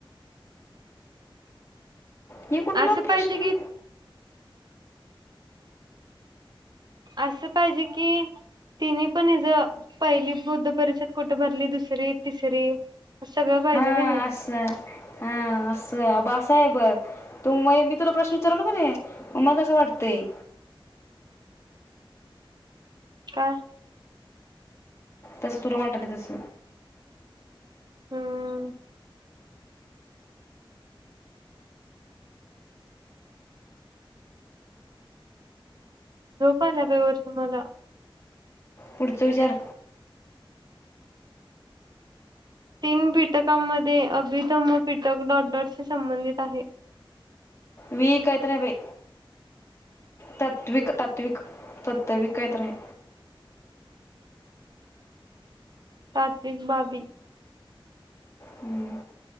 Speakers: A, on the left; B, on the right.
A: ही कुठला
B: असं
A: प्रश्न
B: पाहिजे की असं पाहिजे कि तिने पण हिज पहिली बुद्ध परिषद कुठं भरली दुसरी तिसरी सगळं पाहिजे का
A: हा
B: नाही
A: असं हा असं ब असं स आहे बग मी तुला प्रश्न विचारायलो कनय म तस वाटतय
B: काय?
A: तस तुला वाटालय तस
B: हम्म झोप आलीया बाई वर्षा मला
A: पुढचं विचार
B: तीन पीटकांमध्ये अभिधम पीटक डॉट डॉटशी संबंधित आहे.
A: मी काय तरी हा बय तात्विक तात्विक तातविक काही तरी हाय
B: तात्विक बाबी
A: हम्म.